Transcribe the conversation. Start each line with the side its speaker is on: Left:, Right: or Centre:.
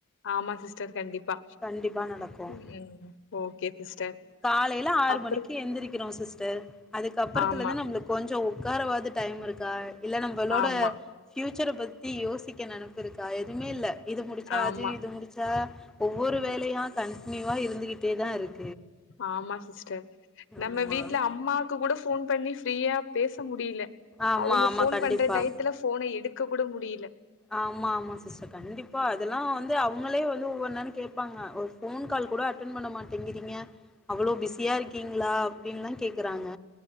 Left: ஆமா சிஸ்டர் கண்டிப்பா
Centre: கண்டிப்பா நடக்கு
Left: ம் ஓகே சிஸ்டர்
Centre: காலையில ஆறு
Left: அப்றோ
Centre: மணிக்கு எந்திரிக்கிறோ சிஸ்டர் அதுக்கு அப்புறத்துல
Left: ஆமா
Centre: இருந்து நம்மளுக்கு கொஞ்ச உட்காரவாத டைம் இருக்கா இல்ல நம்மளோட
Left: ஆமா
Centre: ஃபுட் ச்சர பத்தி யோசிக்க நினப்பு இருக்கா எதுவுமே இல்ல இது முடிச்சா
Left: ஆமா
Centre: அது இது முடிச்சா ஒவ்வொரு வேலையா கன்டினியூவா இருந்துகிட்டே தா இருக்
Left: ஆமா சிஸ்டர்
Centre: ஆமா
Left: நம்ம வீட்டுல அம்மாக்கு கூட போன் பண்ணி ஃப்ரீயா பேச முடியல
Centre: ஆமா
Left: அவங்க
Centre: ஆமா
Left: போன்
Centre: கண்டிப்பா
Left: பண்ற டயத்துல போன எடுக்க கூட முடியல
Centre: ஆமா ஆமா சிஸ்டர் கண்டிப்பா அதெல்லா வந்து அவங்களே வந்து ஒவ்வொரு நேர கேட்பாங்க ஒரு போன் கால் கூட அட்டன் பண்ண மாட்டேங்கிறீங்க அவ்ளோ பிஸியா இருக்கீங்களா அப்படின்ல்லா கேக்கறாங்க